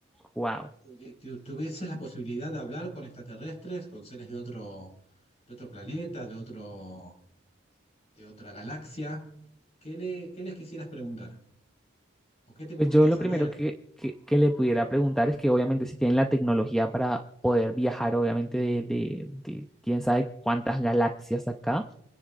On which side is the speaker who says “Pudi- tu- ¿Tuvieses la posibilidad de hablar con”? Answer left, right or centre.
Left